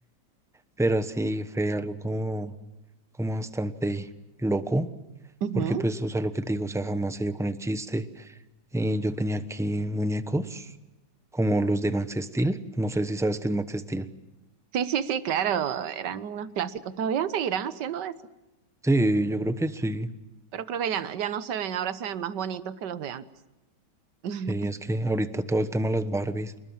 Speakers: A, in the centre; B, on the right.
A: Pero sí fue algo como, como bastante loco.
B: Ujú.
A: Porque pues, o sea, lo que te digo, o sea, jamás se dio con el chiste. Eh, yo tenía aquí muñecos como los de Max Steel. No sé si sabes qué es Max Steel.
B: Sí, sí, sí, claro, eran unos clásicos. Todavía seguirán haciendo eso,
A: Sí, yo creo que sí.
B: pero creo que ya no, ya no se ven, ahora se ven más bonitos que los de antes. <laughs>
A: Sí, es que ahorita todo el tema de las Barbies